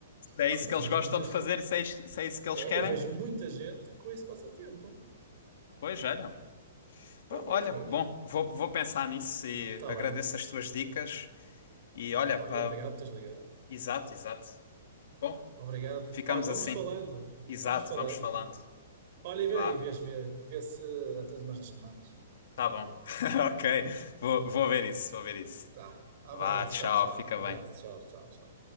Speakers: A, on the left; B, on the right.
A: Se é
B: Olha,
A: isso
B: mas
A: que eles
B: eu vejo
A: gostam
B: muita
A: de
B: gente.
A: fazer, se é isso, se é isso que eles
B: É,
A: querem,
B: eu vejo muita gente com esse passatempo.
A: pois olha. Pá,
B: Pá, vejo,
A: Olha,
B: vejo.
A: bom, vou, vou pensar nisso e
B: Está
A: agradeço
B: bem.
A: as tuas dicas. E
B: Opa,
A: olha, pá,
B: e obrigado por teres ligado.
A: exato, exato. Bom,
B: Obrigado.
A: ficamos
B: Olha, vamos
A: assim.
B: falando.
A: Exato,
B: Vamos falando.
A: vamos falando.
B: Olha, e
A: Vá,
B: vê, e vês, vê, vê se atendes mais nas chamadas.
A: tá bom. <laughs> Ok, vou, vou ver isso, vou ver isso.
B: Tá. Abraço,
A: Vá, tchau,
B: tchau, tchau.
A: fica
B: Abraço,
A: bem.
B: tchau, tchau, tchau.